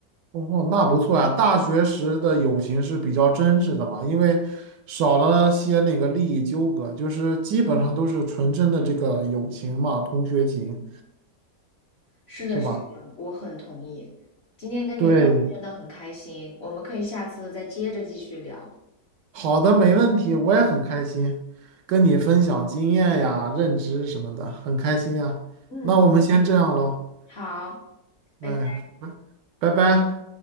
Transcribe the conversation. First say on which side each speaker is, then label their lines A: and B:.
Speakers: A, on the right (about 75°); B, on the left (about 45°).
A: 哦，那不错呀。大学时的友情是比较真挚的嘛，因为少了些那个利益纠葛，就是基本上都是纯真的这个友情嘛，同学情，
B: 是的，
A: 是吧？
B: 是的，我很同意。今天跟你聊的真的很开心，
A: 对，
B: 我们可以下次再接着继续聊。
A: 好的，没问题，我也很开心跟你分享经验呀、认知什么的，很开心呀。
B: 嗯，
A: 那我们先这样喽，
B: 好，拜拜。
A: 哎，拜拜。